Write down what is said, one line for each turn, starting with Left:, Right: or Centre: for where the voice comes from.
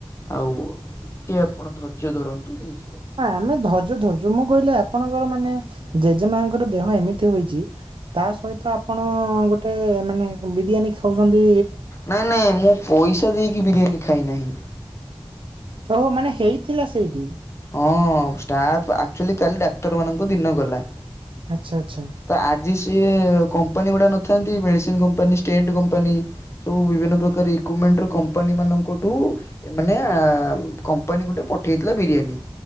Left: ଆଉ ଟିକିଏ ଆପଣ ଧୈର୍ଯ୍ୟ ଧରନ୍ତୁ ହେଇଯିବ।
Right: ହଁ ଆମେ ଧର୍ଯ୍ୟ ଧରୁଚୁ ମୁଁ କହିଲି ଆପଣଙ୍କର ମାନେ ଜେଜେମାଙ୍କର ଦେହ ଏମିତି ହୋଇଛି ତା ସହିତ ଆପଣ ଗୋଟେ ମାନେ ବିରିୟାନୀ ଖାଉସନ୍ତି
Left: ନାଇଁ ନାଇଁ ମୁଁ ପଇସା ଦେଇକି ବିରିୟାନୀ ଖାଇ ନାହିଁ।
Right: ଓହ ମାନେ ହେଇଥିଲା ସେଇଠି?
Left: ହଁଷ୍ଟାପ ଆକଚୁଆଲି କାଲି ଡାକ୍ତର ମାନଙ୍କୁ ଦିନ ଗଲା।
Right: ଆଚ୍ଛା ଆଚ୍ଛା।
Left: ତ ଆଜି ସିଏ କମ୍ପାନୀ ଗୁଡ଼ା ନଥାନ୍ତି ମେଡିସିନ କମ୍ପାନୀ ଷ୍ଟେଣ୍ଟ କମ୍ପାନୀ ସବୁ ବିଭିନ୍ନ ପ୍ରକାର ଇକ୍ୟୁମେଣ୍ଟର କମ୍ପାନୀମାନଙ୍କଠୁ ଏ ମାନେ କମ୍ପାନୀ ଗୁଟେ ପଠେଇଥିଲା ବିରିୟାନୀ।